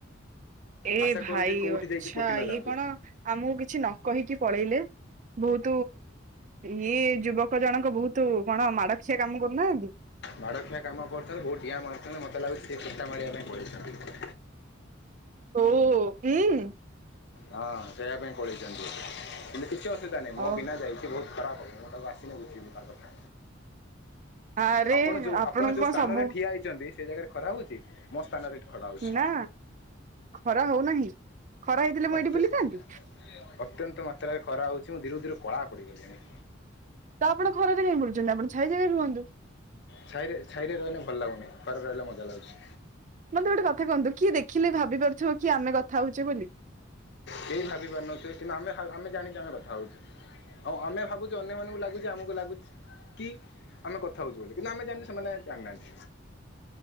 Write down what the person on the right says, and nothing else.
ଏ
ଭାଇ
ଅଚ୍ଛା
ଇଏ
କଣ? ଆମକୁ କିଛି ନ କହିକି ପଳେଇଲେ? ବହୁତ ଇଏ ଯୁବକ ଜଣକ ବହୁତ କଣ ମାଡଖିଆ କାମ କରୁନାହାନ୍ତି?
ଓ ଉୁଁ।
ଓ
ଆରେ
ଆପଣଙ୍କୁ
କଣ
ସବୁ
ନା ଖରା ହଉନାହିଁ। ଖରା ହେଇଥିଲେ ମୁଁ ଏଇଠି
ବୁଲିଥାନ୍ତି
ତ ଆପଣ ଖରା ରେ କାହିଁ ବୁଲୁଛନ୍ତି? ଆପଣ ଛାଇ ଜେଗା ରେ ରୁହନ୍ତୁ।
ମତେ ଗୋଟେ କଥା କୁହନ୍ତୁ। କିଏ ଦେଖିଲେ ଭାବି ପାରୁଥିବ କି ଆମେ କଥା ହଉଛେ ବୋଲି?